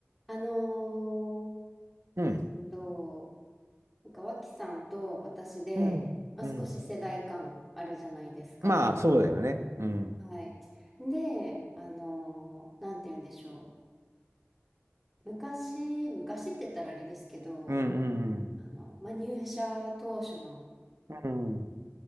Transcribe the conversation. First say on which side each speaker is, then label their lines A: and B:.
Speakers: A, in the centre; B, on the right (about 80°).
A: あの
B: うん、
A: ーえっと、なんか脇さんと私で、
B: うん、
A: まあ、
B: うん。
A: 少し世代間あるじゃないですか。
B: まあ、そうだよね。うん。
A: はい。で、あのーなんて言うんでしょう。昔、昔って言ったらあれですけど、
B: うん、うん、
A: あの、まあ、入社当初の
B: うん。うん